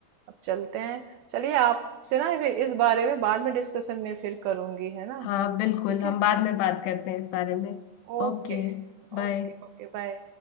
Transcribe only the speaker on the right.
अब चलते हैं चलिए आपसे ना फिर इस बारे में बाद में डिस्कशन में फिर करूंगी है ना
ठीक
है
ओके
Okay okay bye